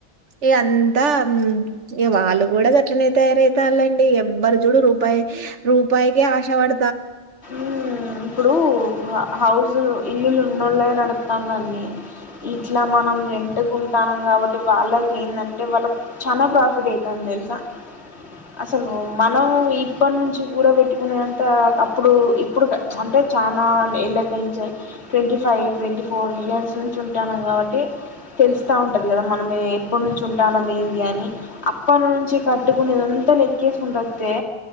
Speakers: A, on the right; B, on the left.
A: ఈంత అ ఇగ వాళ్ళు కూడా గట్నే తయారైతేర్ లేండి ఎవరు చూడు రూపాయి రూపా పైకే ఆశ పడ
B: ఉమ్ ఇప్పుడు హౌస్ ఇల్లులు ఉన్నోళ్ళే నడతాంది అండి ఇట్లా మనం రెంట్కు ఉంటానం కాబట్టి వాళ్ళకి ఏందంటే వాళ్ళకి చాల ప్రాఫిట్ అయితది తెలుసా అసలు మనం ఇప్పటి నుంచి కూడా పెట్టుకునేంత ఇప్పుడు ఇప్పుడు అంటే చాలా ఎళ్లకంచి twenty five twenty four years నుంచి ఉంటనం కాబట్టి తెలుస్తా ఉంటది కదా మనమే ఎప్పటి నుంచి ఉంటనం ఏంది అని అప్పటి నుంచి కట్టుకునేద ఇంత లెక్కేసుకుంట వస్తె